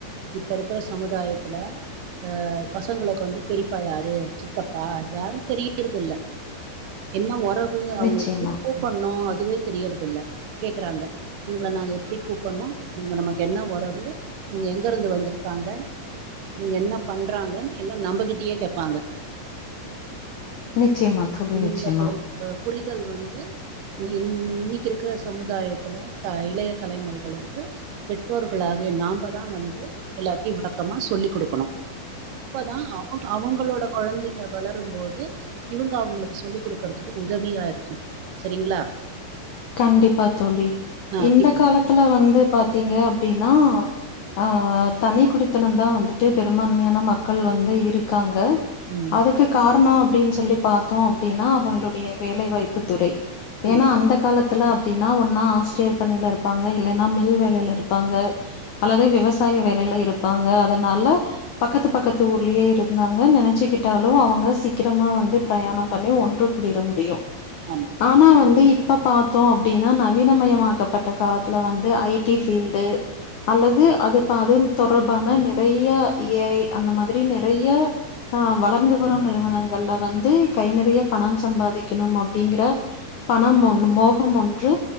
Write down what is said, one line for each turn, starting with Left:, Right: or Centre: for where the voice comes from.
Right: இப்ப இருக்கிற சமுதாயத்துல அஹ் பசங்களுக்கு வந்து பெரிப்பா யாரு சித்தப்பா யாரும் தெரியிறத இல்ல என்ன உறவு அவுங்க
Left: நிச்சயமா
Right: எ கூப்டனும் அதுவே தெரியிறது இல்ல கேக்குறாங்க இவுங்கள நாங்க எப்படி கூப்டணும் இவுங்க நமக்கு என்ன உறவு உறவு இவுங்க எங்க இருந்து வந்துருக்காங்க இவுங்க என்ன பண்றாங்கன் எல்லாம் நம்மகிட்டயே கேப்பாங்க
Left: நிச்சயமா தோழி
Right: இந்த
Left: நிச்சயமா
Right: ஒரு புரிதல் வந்து இ இன்னைக்கு இருக்கிற சமுதாயத்துல இளைய தலைமுறைகளுக்கு பெற்றோர்க அதாவது நாமதான் வந்து எல்லாத்தையும் விளக்ககமா சொல்லிக் கொடுக்கணும் அப்பதான் அவுங்க அவுங்களோட கொழந்தைங்க வளரும் போது இவுங்க அவுங்களுக்கு சொல்லிக் குடுக்கறதுக்கு உதவியா இருக்கும் சரிங்களா
Left: கண்டிப்பா தோழி
Right: ஆ
Left: இந்த
Right: இப்
Left: காலத்துல வந்து பாத்தீங்க அப்படின்னா ஆஹ் ஆஹ் தனி குடித்தனம் தான் வந்துட்டு பெரும்பான்மையான மக்கள் வந்து இருக்காங்க
Right: ம்.
Left: அதுக்கு காரணம் அப்டின்னு சொல்லி பாத்தோம் அப்படின்னா அவுங்களுடைய வேலைவாய்ப்பு ப்புத்துறை ஏன்னா
Right: ம்.
Left: அந்த காலத்து இல்ல அப்டின்னா ஒன்னா ஆசிரியர் பணியில இருப்பாங்க இல்லன்னா மில் வேலையில இருப்பாங்க அல்லது விவசாய வேலையில இருப்பாங்க அதனால பக்கத்து பக்கத்து ஊர்லயே இருந்தாங்க நினைச்சுக்கிட்டாலும் அவுங்க சீக்கிரமா வந்து பிரயாணம் பண்ணி ஒன்று கூடியிட முடியும்
Right: ஆமா.
Left: ஆனா வந்து இப்ப பாத்து தோம் அப்டின்னா நவீனமயமாக்கப்பட்ட காலத்துல வந்து ஐடி ஃபீல்டு அல்லது அது அதுப்ப அது தொடர்பு இப்ப ஆனா நிறைய ஏஐ அந்த மாதிரி நிறைய அஹ் வளர்ந்து வரும் நிறுவனங்கள்ல வந்து கை நிறைய பணம் சம்பாதிக்கணும் அப்படிங்கற பணம் மோ மோக கம் ஒன்று